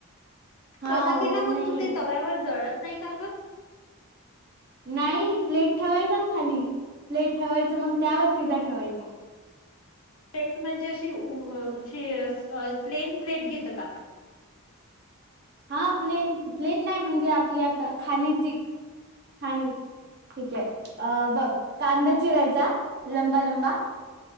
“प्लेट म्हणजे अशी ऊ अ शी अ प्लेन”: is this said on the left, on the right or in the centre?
Left